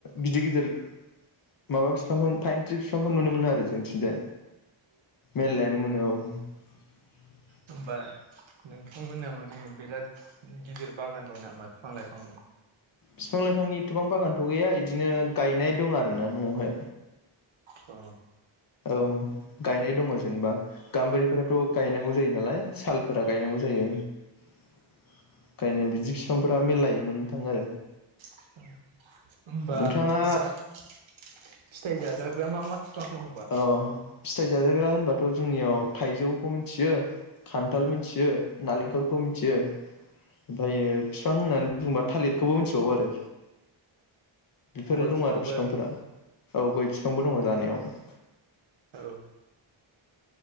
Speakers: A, on the left; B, on the right.
A: गिदिर- गिदिर माबा बिफांखौ फाइन थ्रि बिफांखौ नुनो मोनो आरो जोंथिंजाय मेल्लायानो मोनो औ। <inaudible>
B: होमबा नोंथांमोना माने बिराद गिदिर बागान दं नामा बिफां लाइफां
A: बिफां लाइफांनिथफां बागानथ' गैया बिदिनो गायनाय दं आरोोना न'आवहाय।
B: औ।
A: औ गायनाय दङ जेनेबा गाम्बारिफोराथ' गायनांगौ जायो नालाय। सालफोरा गायनांगौ जायो <unintelligible> फिफांफोरा मिलायोमोन नोंथां आरो
B: <inaudible> होमबा
A: नोंथाङा
B: जाग फिथाइ जाजा ग्रा मा मा बिफां दं होनबा?
A: अ फि थाइ जाजाग्रा होनबाथ' जोंनियाव थाइजौखौ मिथियो खान्थाल मिथियो नालेंखरखौ मिथियो ओमफ्रायो बिफां होननानै बुङोबा थालिरखौबो मिथिबावो आरो बेफोरो
B: गय
A: दङ
B: बिफांबो
A: आरो फिफांफोरा
B: आरोना
A: औ गय फिफांबो दङ जोंहानियाव
B: औ